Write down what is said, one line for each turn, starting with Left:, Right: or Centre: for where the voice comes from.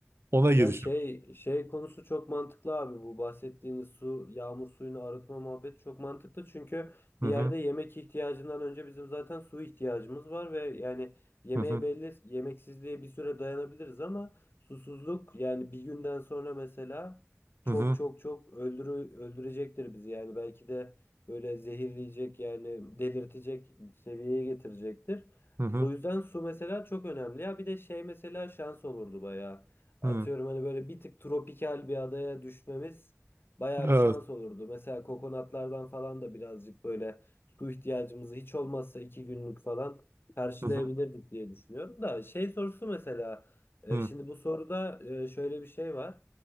Right: Ona girişirdim.
Left: Ya şey şey konusu çok mantıklı abi bu bahsettiğiniz su yağmur suyunu arıtma muhabbeti çok mantıklı çünkü
Right: Hı
Left: bir
Right: hı
Left: yerde yemek ihtiyacından önce bizim zaten su ihtiyacımız var ve yani yemeğe
Right: hı hı
Left: belli yemeksizliğe bir süre dayanabiliriz ama susuzluk yani bir günden sonra mesela çok
Right: hı
Left: çok çok öldürü öldürecektir bizi yani belki de böyle zehirleyecek yani delirtecek seviyeye getirecektir.
Right: hı hı
Left: O
Right: hı.
Left: yüzden su mesela çok önemli ya bir de şey mesela şans olurdu bayağı. Atıyorum
Right: hı.
Left: hani böyle bir tık tropikal bir adaya düşmemiz bayağı
Right: Evet.
Left: bir şans olurdu. Mesela kokonatlardan falan da birazcık böyle su ihtiyacımızı hiç olmazsa iki günlük falan karşılayabilirdik
Right: Hı hı
Left: diye düşünüyorum. Da şey sorusu mesela e,
Right: hı
Left: şimdi bu soruda e, şöyle bir şey var.